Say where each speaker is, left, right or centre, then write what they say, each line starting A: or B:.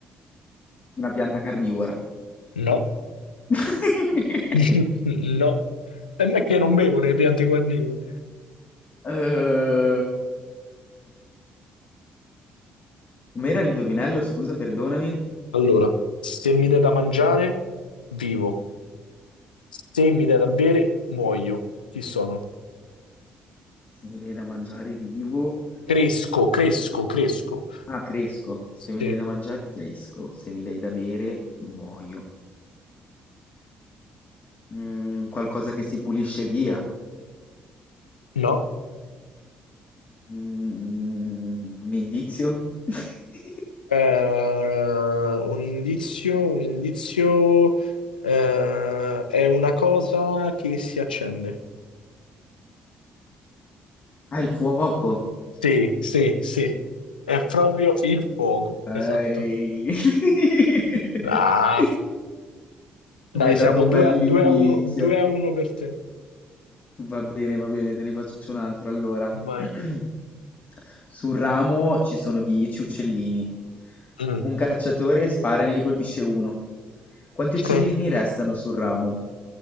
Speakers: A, on the left; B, on the left.
A: Una pianta carnivora.
B: No,
A: <laughs>
B: <laughs> no. E me che non bevo nelle piante guarnicole.
A: Ehm, Com'era l'indovinello? Scusa, perdonami.
B: Allora, se mi dai da mangiare, vivo. Se mi dai da bere, muoio. Chi sono?
A: Se mi dai da mangiare vivo.
B: Cresco, cresco, cresco.
A: Ah, cresco. Se
B: Sì.
A: mi dai da mangiare, cresco. Se mi dai da bere, muoio. Mm, qualcosa che si pulisce via.
B: No.
A: Mm, un indizio? <laughs>
B: Eh, un indizio, un indizio, eh, è una cosa che si accende.
A: Ah, il fuoco.
B: Sì, sì, sì, è proprio il fuoco,
A: Ehi.
B: esatto.
A: <laughs>
B: Ah, dai,
A: Mi hai
B: siamo
A: dato un
B: 2
A: bell'indizio.
B: a 1, 2 a 1 per te.
A: Va bene, va bene, te ne faccio un altro. Allora,
B: Vai.
A: <clears throat> sul ramo ci sono dieci uccellini.
B: Mm,
A: Un cacciatore spara e ne colpisce uno. Quanti
B: ok.
A: uccellini restano sul ramo?